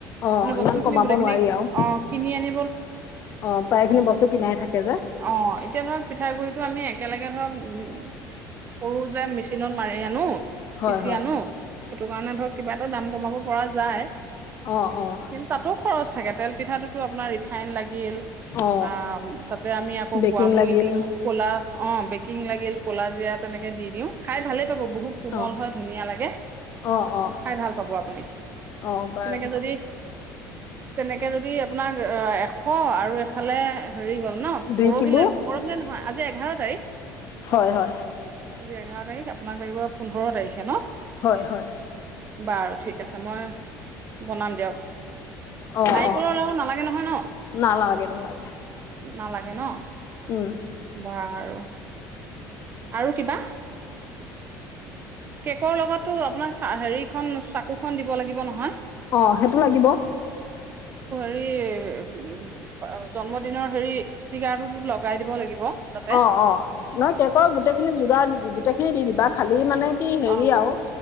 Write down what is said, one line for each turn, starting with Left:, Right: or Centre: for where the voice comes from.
Left: অ
Right: মানে বস্তু
Left: ইমান
Right: খিনি
Left: কমাব
Right: গোটেইখিনি,
Left: নোৱাৰি আৰু
Right: অ কিনি আনি
Left: অ প্ৰায়খিনি বস্তু কিনাই থাকে যে।
Right: অ, এতিয়া ধৰক পিঠা গুৰিতো আমি একেলগে ধৰক উম, উম। সৰু যে মেচিনত মাৰি আনো,
Left: হয়
Right: পিছি
Left: হয়
Right: আনো, সেইটো কাৰণে ধৰক কিবা এটা দাম কমাব পৰা যায়।
Left: অহ, অহ।
Right: কিন্তু তাতো খৰচ থাকে তেল পিঠাতুটো আপোনাৰ ৰি ফাইন লাগিল,
Left: অ
Right: আ তাতে আমি আকৌ
Left: বেকিং
Right: গোৱামুৰি
Left: লাগিল
Right: দিওঁ, কলা অ বেকিং লাগিল, কলাজিৰা তেনেকে দি দিও খাই ভালেই পাব। বহুত কোমল
Left: অ
Right: হয় ধুনীয়া লাগে,
Left: অ অ
Right: খাই ভাল পাব আপুনি,
Left: অ বাৰু
Right: তেনেকে যদি তেনেকে যদি আপোনাক এশ আৰু এফালে হেৰি হ'ল ন পৰহিলে
Left: দুই কিলো
Right: প, ৰহিলে নহয় আজি এঘাৰ তাৰিখ।
Left: হয় হয়
Right: আজি এঘাৰ তাৰিখ আপোনাক লাগিব পোন্ধৰ তাৰিখে ন।
Left: হয় হয়
Right: বাৰু ঠিক আছে মই বনাম দিয়ক
Left: অ
Right: নাৰিকলৰ
Left: অ
Right: লাৰু নালাগে নহয় ন?
Left: নালাগে নালাগে
Right: নালাগ গেন?
Left: উম
Right: বাৰু আৰু কিবা? কেকৰ লগতো আপোনাক হেৰিখন চাকুখন দিব লাগিব নহয়।
Left: অ সেইটো লাগিব।
Right: <unintelligible> জন্মদিনৰ হেৰি ষ্টিকাৰটোত লগাই দিব লাগিব। তাতে
Left: অ অ নহয় কেকৰ গোটেইখিনি যোগাৰ গোটেইখিনি খিনি দি দিবা খালি মানে কি হেৰি
Right: অ
Left: আৰু